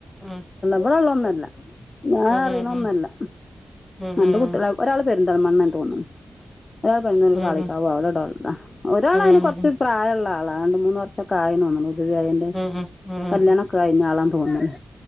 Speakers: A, in the centre; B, on the left (about 45°).
A: ഉം
B: ബടെള്ളതോന്നോല്ല ഞാനറീണതോന്നോല്ല
A: ഉം ഉം ഉം ഉം
B: രണ്ട്
A: ഉം
B: കുട്ട്യളാ ഒരാള് പെര്ന്തൽമണ്ണണ്ടോന്ന്ണ്. അ പറുന്ന
A: ഉം ഉം
B: കളിക്കാവു
A: ഉം
B: അവിടെടള്ള ഒരാൾകൊറ
A: ഉം ഉം
B: <inaudible>
A: ഉം
B: ള്ള ആളാ രണ്ട് മൂന്ന് വർഷൊക്കായി തോന്നുണു ഹുദവി ആയീൻ്റെശേഷം
A: ഉം ഉം ഉം ഉം ഉം ഉം
B: കല്യാണോക്കെ കഴിഞ്ഞ ആളാ തോന്നുണ്